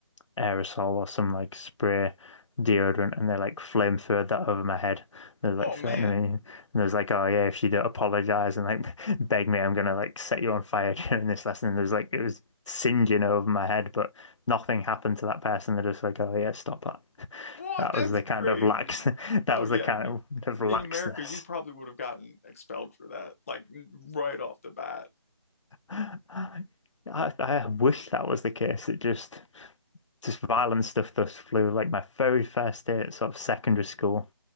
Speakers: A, on the left; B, on the left.
A: aerosol or some like spray deodorant and they like flamethrowed that over my head they were
B: Oh
A: like threatening
B: man,
A: me and they was like oh yeah if you don't apologize and like <laughs> beg me I'm gonna like set you on fire <laughs> during this lesson and there was like it was singeing over my head but nothing happened to that person they're just like oh yeah stop that
B: what?
A: that
B: That's
A: was the
B: crazy.
A: kind of lax <laughs> that
B: Oh
A: was
B: yeah,
A: the kind
B: you
A: of of laxness
B: in America, you probably would have gotten expelled for that, like right off the bat.
A: I, I wish that was the case. It just just violent stuff thus flew. Like my very first day at sort of secondary school,